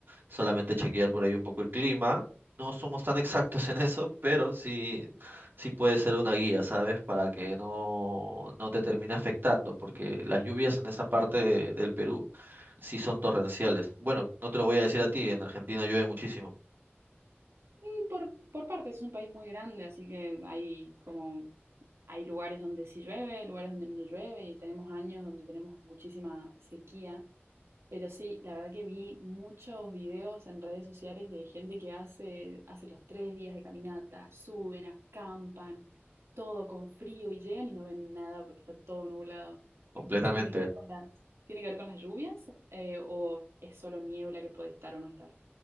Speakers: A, on the right; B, on the right.
A: Solamente chequear por ahí un poco el clima. No somos tan exactos en eso, pero sí, sí puede ser una guía, ¿sabes? Para que no, no te termine afectando, porque las lluvias en esta parte de- del Perú sí son torrenciales. Bueno, no te lo voy a decir a ti, en Argentina llueve muchísimo,
B: Y Por, por partes, es un país muy grande, así que hay como hay lugares donde sí llueve, lugares donde no llueve, y tenemos años donde tenemos muchísima sequía. Pero sí, la verdad que vi muchos videos en redes sociales de gente que hace, hace los tres días de caminata, suben, acampan, todo con frío y llegan y no ven nada porque está todo nublado.
A: completamente.
B: ¿Eso tiene que ver con las, tiene que ver con las lluvias? Eh, ¿o es solo niebla que puede estar o no estar?